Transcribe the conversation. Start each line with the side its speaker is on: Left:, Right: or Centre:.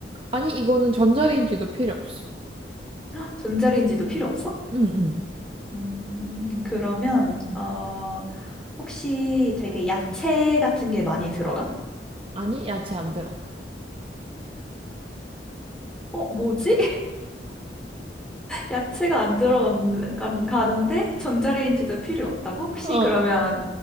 Right: 아니, 이거는 전자레인지도 필요 없어.
Centre: 헉, 전자레인지도 필요 없어?
Right: 응, 응.
Centre: 음, 그러면, 어, 혹시 되게 야채 같은 게 많이 들어가?
Right: 아니, 야채 안 들어가.
Centre: 어, 뭐지? 야채가 안 들어가는데 전자레인지도 필요 없다고? 혹시
Right: 어, 어.
Centre: 그러면